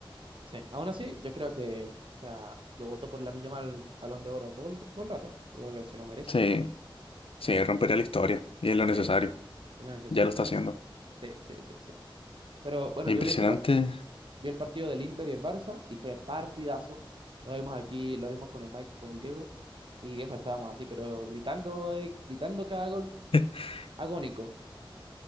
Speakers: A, on the right; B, on the left.
A: Sí, aún así, yo creo que, o sea, yo voto por la Yamal Balón de Oro todo el, todo el rato. Yo creo que se lo merece.
B: Sí, sí, rompería la historia y es lo
A: Sí,
B: necesario.
A: es necesario,
B: Ya lo está
A: tal
B: haciendo.
A: cual. Sí, sí, sí, sí. Pero bueno,
B: Impresionante.
A: yo vi, ese pa- vi el partido del Inter y el Barça y fue partidazo. Lo vimos aquí, lo vimos con el Mike, y con el Diego. Y viejo, estábamos así, pero gritando, eh, gritando cada gol
B: <laughs>
A: agónico.